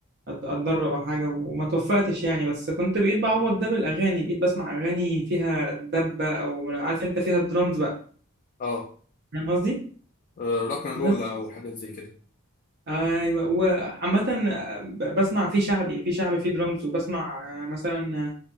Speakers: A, on the right (about 50°); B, on the left (about 40°).
A: أت- اتدرب او حاجة وما توفقتش يعني بس كنت بقيت بعوض ده بالاغاني بقيت بسمع اغاني فيها دبة او عارف انت فيها درامز بقى
B: اه
A: فاهم قصدي
B: روك اند
A: بس
B: رول أو حاجات زي كده
A: ايوه وعامة آه، ب- بسمع في شعبي في شعبي في درامز وبسمع آه، مثلا